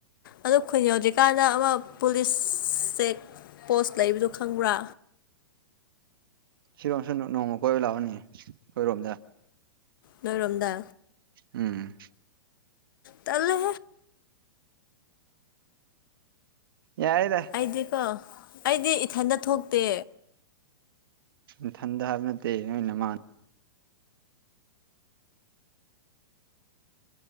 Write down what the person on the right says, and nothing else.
ꯁꯤꯔꯣꯝꯁꯨ ꯅꯣꯡꯃ ꯀꯣꯏꯕ ꯂꯥꯛꯑꯣꯅꯤ ꯑꯩꯈꯣꯏꯔꯣꯝꯗ
ꯎꯝ
ꯌꯥꯔꯦꯗ
ꯏꯊꯟꯗ ꯍꯥꯏꯕ ꯅꯠꯇꯦꯅ ꯃꯥꯜꯂꯤ